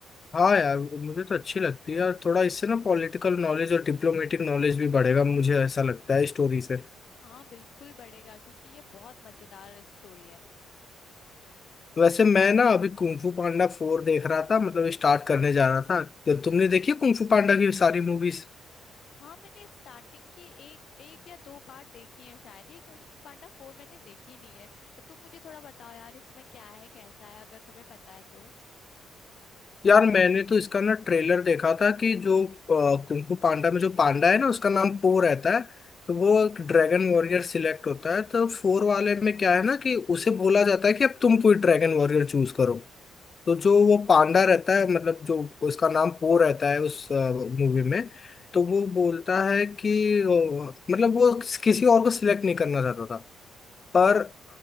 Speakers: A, on the left; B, on the left.
A: हाँ यार मुझे तो अच्छी लगती है और थोड़ा इससे ना पॉलिटिकल नॉलेज और डिप्लोमेटिक नॉलेज भी बढ़ेगा मुझे ऐसा लगता है स्टोरी से
B: हाँ बिल्कुल बढ़ेगा क्योंकि ये बहुत मजेदार स्टोरी है
A: वैसे मैं ना अभी कुंफू
B: हम्म
A: पांडा फोर देख रहा था मतलब स्टार्ट करने जा रहा था तो तुमने
B: हम्म
A: देखी कुंफू पांडा की सारी मूवीज
B: हाँ मैंने स्टार्टिंग की एक एक या दो पार्ट देखी हैं शायद एक कुंग फू पांडा फोर मैंने देखी नहीं है तुम मुझे थोड़ा बताओ यार इसमें क्या है कैसा है अगर तुम्हें पता है तो
A: यार मैंने तो इसका ना ट्रेलर देखा था कि जो कुंफू पांडा में जो पांडा है ना उसका नाम पो रहता है
B: हम्म
A: तो वो एक ड्रैगन वॉरियर सिलेक्ट होता है तो फोर वाले में क्या है ना कि उसे बोला जाता है कि अब तुम कोई ड्रैगन वॉरियर चूज करो
B: हम्म
A: तो जो वो पांडा रहता है मतलब जो उसका नाम पो रहता है उस मूवी में
B: हम्म
A: तो वो बोलता है कि अ, मतलब वो किसी और को सिलेक्ट नहीं करना चाहता था
B: हम्म
A: पर